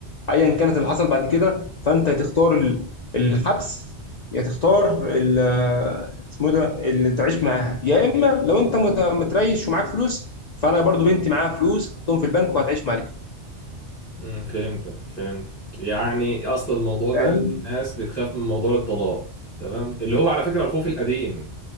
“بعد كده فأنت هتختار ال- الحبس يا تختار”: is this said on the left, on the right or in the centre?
Left